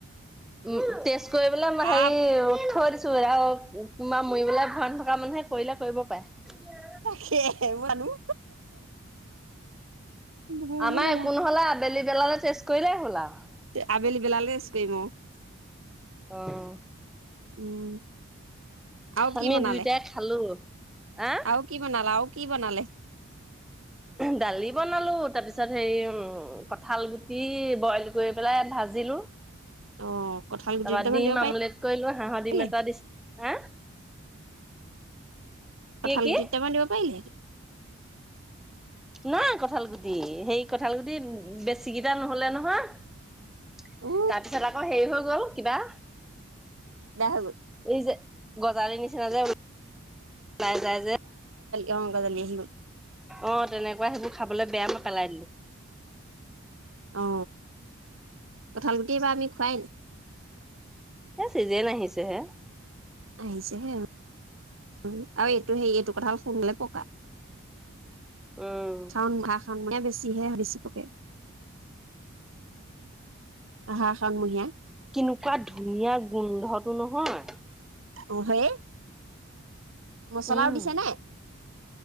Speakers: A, in the centre; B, on the right (about 70°).
A: উম, তেজ কৰি পেলা মই হেৰী
B: আপ
A: থই দিছো। টোৱে তোমাৰ মুৰিবলে ভন। মানুহে কৰিলে কৰিব পাৰে
B: তাকে মানুহ ভয়হে
A: আমাৰ
B: লগা
A: একো নহলে। বেলি বেলালে চেষ্ট কৰিলেই হল আৰু।
B: তে আবেলি বেলা ৰেষ্ট কৰিম আৰু ।
A: অহ,
B: উম, আৰু
A: আমি
B: কি বনালে
A: দুইটাই খালো আহ।
B: আৰু কি বনালে আৰু কি বনালে?
A: দালি। বনালো তাৰ পিছত হেৰি উম কঠাল গুটি বইল কৰি পেলাই ভাজিলো। তাৰপা
B: অ' কঁঠাল গুটি দুটামান
A: ডিম
B: দিব
A: আমলেট কৰিলো হাঁহৰ
B: পাৰিলে
A: ডিম এটা দিছো হা। কি
B: কঁঠাল
A: কি
B: গুটি দুটামান দিব পাৰিলে।
A: নাই কঠাল গুটি সেই। কঁঠাল গুটি বেছিকিটা নহলে নহয় তাৰপিছত
B: উ
A: আকৌ হেৰি হৈ গ'ল। কিবা।
B: বেলা হয় গল।
A: এই যে গজালি নিচ নিচ যেওল <unintelligible> ওলাই যাই যে
B: ইং গঁজালি সিনো
A: অ তেনেকুৱা সেইবোৰ খাবলৈ বেয়া বোৰ পেলাই দিলো।
B: অ কঠাল গুটি এইবা আমি খোৱাই নাই।
A: এ চিজেন আহিছে হে।
B: আহিছে হে অহ আৰু এইটো সেই এইটো কঁঠাল শুনকালে পকা ।
A: উম
B: দাউ ভাত খাউ গে। <unintelligible> বেছিহে বেচি পকে। আহাৰ শাওনমহীয়া।
A: কেনেকুৱা ধুনীয়া গোন্ধত। টো নহয়।
B: অ হে। মছলাও
A: উম।
B: দিছে নে?